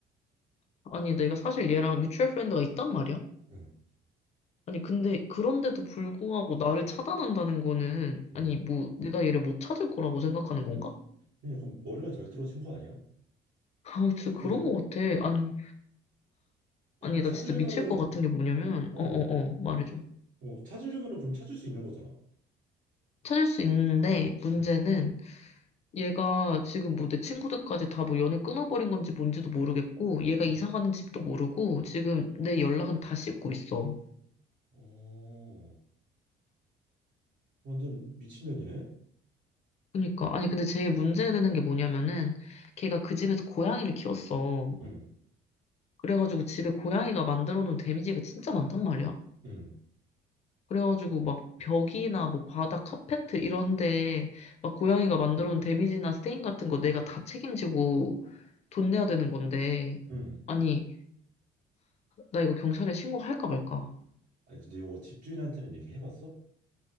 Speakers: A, on the left; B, on the right.
A: 아니, 내가 사실 얘랑 뮤추얼 프렌드가 있단 말이야?
B: 응,
A: 아니, 근데 그런데도 불구하고 나를 차단한다는 거는,
B: 응.
A: 아니, 뭐, 내가 얘를 못 찾을 거라고 생각하는 건가?
B: 그냥 약간 머리가 덜 떨어진 거 아니야?
A: 아, 진짜 그런
B: 그,
A: 거 같아. 아니,
B: 그럼
A: 아니,
B: 찾으려면은,
A: 나 진짜 미칠 것 같은 게 뭐냐면,
B: 어,
A: 어, 어, 어, 말해줘.
B: 어, 찾으려면은 그럼 찾을 수 있는 거잖아.
A: 찾을 수 있는데, 문제는
B: 응,
A: 얘가 지금 뭐 내 친구들까지 다 뭐 연을 끊어버린 건지 뭔지도 모르겠고, 얘가 이사
B: 응.
A: 가는 집도 모르고, 지금 내 연락은 다 씹고 있어.
B: 어, 완전 미친년이네?
A: 그러니까, 아니, 근데 제일 문제되는 게 뭐냐면은, 걔가 그 집에서 고양이를 키웠어.
B: 응,
A: 그래가지고 집에 고양이가 만들어 놓은 데미지가 진짜 많단 말이야.
B: 응,
A: 그래가지고 막 벽이나 뭐 바닥, 카페트 이런데 막 고양이가 만들어 놓은 데미지나 스테인 같은 거 내가 다 책임지고 돈 내야 되는 건데.
B: 응.
A: 아니, 나 이거 경찰에 신고할까 말까?
B: 아니, 근데 요거 집주인한테는 얘기해봤어?